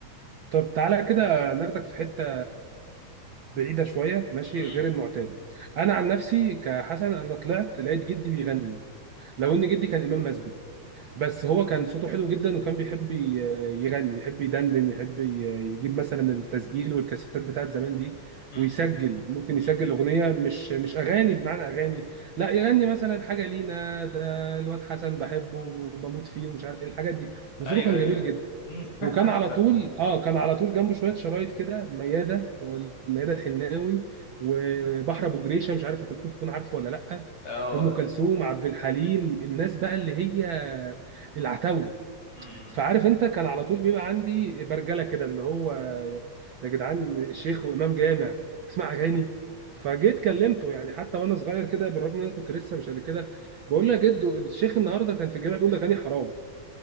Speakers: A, on the right; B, on the left.
A: طب تعالى كده ناخدك في حته بعيده شويه ماشي
B: امم
A: غير المعتاد انا عن نفسي كحسن انا طلعت لقيت جدي بيغني لو ان جدي كان امام مسجد بس هو كان صوته حلو جدا وكان بيحب ي- يغني يحب يدندن يحب ي- يجيب مثلا التسجيل والكاسيتات بتاعت زمان دي
B: امم
A: ويسجل ممكن يسجل
B: امم
A: اغنيه مش مش اغاني بمعنى اغاني لا يغني مثلا حاجه لينا ده الواد حسن بحبه وبموت فيه ومش عارف إيه، الحاجات دي وصوته
B: ايوه
A: كان
B: ايوه
A: جميل
B: ايوه
A: جدا
B: أمم. <laughs>
A: وكان على
B: فاهمك
A: طول اه كان على طول جنبه شويه شرايط كده مياده والمياده الحناوي وبحر ابو جريشه مش عارف انت ممكن تكون عارفه ولا لا
B: اه
A: ام كلثوم عبد الحليم الناس بقى اللي هي العتاوله
B: امم
A: فعارف انت كان على طول بيبقى عندي برجله كده اللي هو يا جدعان شيخ وامام جامع تسمع اغاني فجيت
B: امم
A: كلمته يعني حتى وانا صغير كده بالرغم ان انا كنت لسه مش قد كده بقول له يا جدو الشيخ النهارده كان في الجامع بيقول اغاني حرام